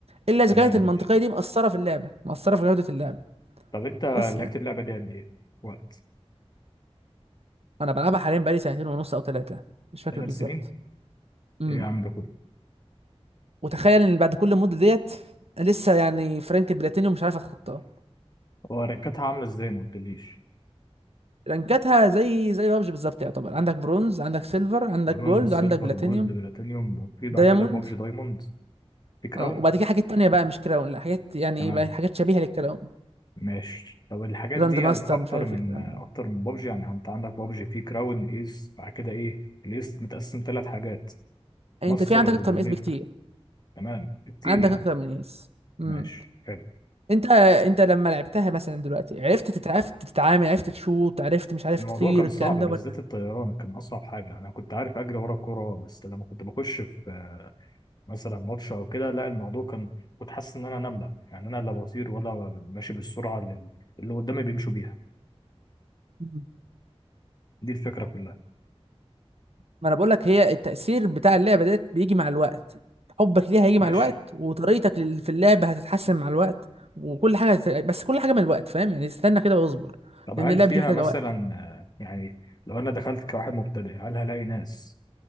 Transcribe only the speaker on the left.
تمام
ماشي
طب أنت لعبت
اللعبة دي قد إيه؟ وقت
ثلاث
سنين؟
إيه يا عم ده كله؟
هو رانكاتها عاملة ازاي ما قلتليش
برونز
سيلفر
جولد بلاتينيوم في بعد
كده بابجي دايموند في كراون
تمام
ماشي طب الحاجات
دي
قد- اكتر
من
اكتر
من بابجي يعني انت عندك بابجي في كراون ايس بعد كده ايه الايس متقسم ثلاث حاجات
ماستر
ودومينيتور
تمام كتير
يعني
ماشي حلو
الموضوع
كان
صعب
بالذات
الطيران كان اصعب حاجه انا كنت عارف اجري ورا الكوره بس لما كنت بخش في مثلا ماتش او كده لا الموضوع كان كنت حاسس ان انا نمله يعني انا لا بطير ولا ماشي بالسرعه اللي اللي قدامي بيمشوا بيها
دي الفكره كلها
ماشي
طب
هل
فيها
مثلا
آه، يعني لو انا دخلت كواحد مبتدئ هل هلاقي ناس